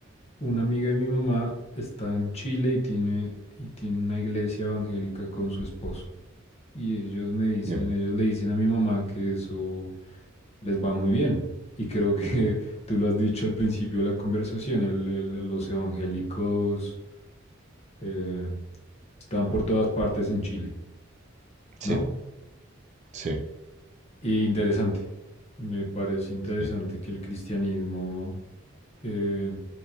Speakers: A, on the left; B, on the right.
A: una amiga de mi mamá está en Chile y tiene, y tiene una iglesia evangélica con su esposo. Y ellos me dicen,
B: ya,
A: ellos le dicen a mi mamá que eso les va muy bien. Y creo que <laughs> tú lo has dicho al principio de la conversación, el- el- los evangélicos eh, están por todas partes en Chile,
B: sí,
A: ¿no?
B: sí,
A: Y interesante. Me parece interesante
B: sí,
A: que el cristianismo... eh,